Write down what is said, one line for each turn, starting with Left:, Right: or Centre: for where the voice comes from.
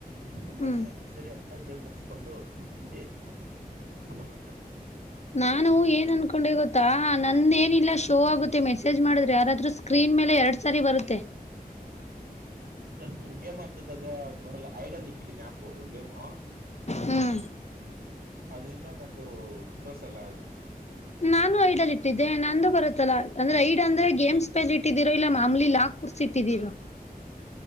Right: ನಿಮ್
Left: ಹ್ಮ್
Right: ಬನ್ನಿ ಅಂದ್ರರು ಸರಿ ಅಂತ ಗೇಮ್ ಮುಗಸ್ಕೊಂಡು ಬಂದಿ ಮತ್ತೆ ಬಂದ
Left: ನಾನು ಏನ್ ಅನ್ಕೊಂಡೆ ಗೊತ್ತಾ ನಂದ ಏನಿಲ್ಲ ಶೋ ಆಗುತ್ತೆ ಮೆಸೇಜ್ ಮಾಡಿದ್ರೆ ಯಾರಾದ್ರರು ಸ್ಕ್ರೀನ್ ಮೇಲೆ ಎರಡ್ ಸಾರಿ ಬರುತ್ತೆ
Right: ನೀ ಗೇಮ್ ಆರ್ತಿದ್ದಾಗ ಹಂಗ ಬರಲ್ಲ ಐಡಿಯಲ್ ಇಕ್ಕಿದೀನಿ ಆಪು ಗೇಮು
Left: ಹ್ಮ್
Right: ಅದ್ರಿಂದ ನಂದುು ತೋರ್ಸಲ್ಲ ಅದು
Left: ನಾನು ಐಡಲ್ ಇಟ್ಟಿದ್ದೆ ನಂದು ಬರುತ್ತಲ್ಲ ಅಂದ್ರೆ ಐಡ್ ಅಂದ್ರೆ ಗೇಮ್ಸ್ ಪಲ್ ಇಟ್ಟಿದೀರ ಇಲ್ಲ ಮಾಮೂಲಿ ಲಾಕ್ ಕುೂರ್ಸಿ ಇಟ್ಟಿದೀರ